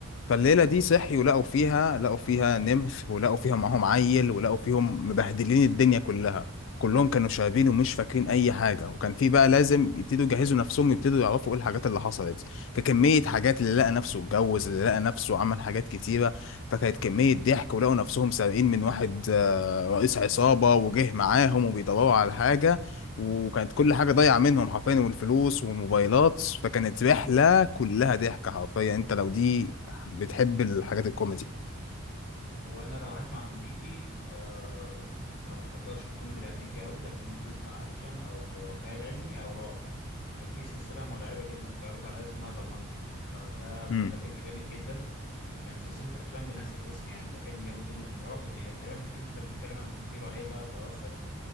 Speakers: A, on the left; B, on the left.
A: فالليلة دي صحي ولقوا فيها لقوا فيها نمث ولقوا فيها معاهم عيل ولقوا فيهم مبهدلين الدنيا كلها كلهم كانوا شاربين ومش فاكرين أي حاجة وكان في بقى لازم يبتدوا يجهزوا نفسهم يبتدوا يعرفوا إيه الحاجات اللي حصلت ككمية حاجات اللي لقى نفسه اتجوز اللي لقى نفسه عمل حاجات كتيرة فكانت كمية ضحك ولقوا نفسهم سارقين من واحد آه، رئيس عصابة وجه معاهم وبيدوروا على حاجة وكانت كل حاجة ضايعة منهم حرفيا والفلوس والموبايلات فكانت رحلة كلها ضحك حرفيا انت لو دي بتحب الحاجات الكوميدي
B: هو انا لو هسمع امريكي آه ما بفضلش الكوميدي الامريكي قوي لكن ممكن اسمع اكشن او خيال علمي او رعب كان في سلسلة مرعبة جدا اتفرجت عليها اسمها ظنن آه ده
A: امم
B: ده فيلم جامد جدا كان سلسلة أفلام بنفس الاسم يعني ده فيلم جامد جدا رعب دي- تقريبا فكرته كان بيتكلم عن إن في راهبة توفت